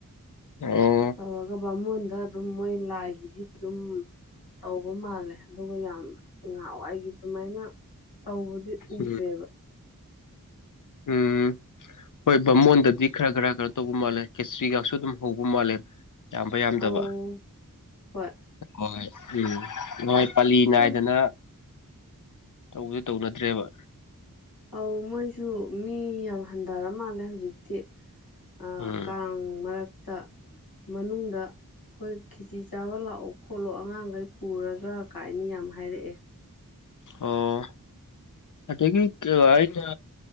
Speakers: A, on the left (about 60°); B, on the left (about 80°).
A: <unintelligible>
B: ꯇꯧꯔꯒ ꯕꯥꯉꯣꯟꯗ ꯑꯗꯨꯝ ꯃꯣꯏ ꯂꯥꯏꯒꯤꯗꯤ ꯗꯨꯝ ꯇꯧꯕ ꯃꯥꯜꯂꯦ ꯑꯗꯨꯒ ꯌꯥꯝ ꯉꯥꯍꯥꯋꯥꯑꯣꯒꯤ ꯗꯨꯃꯥꯏꯅ ꯇꯧꯕꯗꯤ ꯎꯗ꯭ꯔꯦꯕ
A: ꯎꯝ ꯎꯝ ꯍꯣꯏ ꯕꯥꯃꯣꯟꯗꯗꯤ ꯈꯔ ꯈꯔ ꯀꯅꯣ ꯇꯧꯕ ꯃꯥꯜꯂꯦ ꯈꯦꯆ꯭ꯔꯤꯒꯛꯁꯨ ꯑꯗꯨꯝ ꯍꯧꯕ ꯃꯥꯜꯂꯦ ꯌꯥꯝꯕ ꯌꯥꯝꯗꯕ
B: ꯑꯧ ꯍꯣꯏ
A: ꯍꯣꯏ ꯎꯝ ꯅꯣꯏ ꯄꯜꯂꯤ ꯅꯥꯏꯗꯅ
B: ꯑꯦ
A: ꯇꯧ <unintelligible> ꯇꯧꯅꯗ꯭ꯔꯦꯕ
B: ꯑꯧ ꯃꯣꯏꯁꯨ ꯃꯤ ꯌꯥꯝ ꯍꯟꯗꯔ ꯃꯥꯜꯂꯦ ꯍꯧꯖꯤꯛꯇꯤ ꯑ
A: ꯎꯝ
B: ꯀꯥꯡ ꯃꯔꯛꯇ ꯃꯅꯨꯡꯗ ꯈꯣꯏ ꯈꯦꯆꯤ ꯆꯥꯕ ꯂꯥꯛꯑꯣ ꯈꯣꯠꯂꯣ ꯑꯉꯥꯡꯒꯩ ꯄꯨꯔꯒ ꯀꯥꯏꯅ ꯌꯥꯝ ꯍꯥꯏꯔꯛꯑꯦ
A: ꯑꯣ ꯑꯗꯒꯤ ꯀ ꯑꯩꯅ